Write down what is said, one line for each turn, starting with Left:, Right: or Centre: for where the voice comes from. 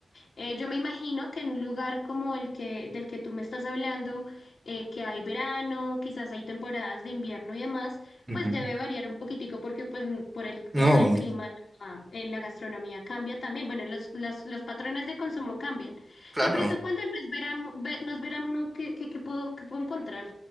Left: Eh, yo me imagino que en un lugar como el que del que tú me estás hablando, eh, que hay verano, quizás hay temporadas de invierno y demás,
Right: Ujú.
Left: pues debe variar un poquitico porque pues por el tema
Right: No,
Left: del clima la, eh, la gastronomía cambia también. Bueno, los, los, los patrones de consumo cambian.
Right: claro.
Left: De pronto cuando no es verano, ve- no es verano, ¿qué, qué, qué puedo, qué puedo encontrar?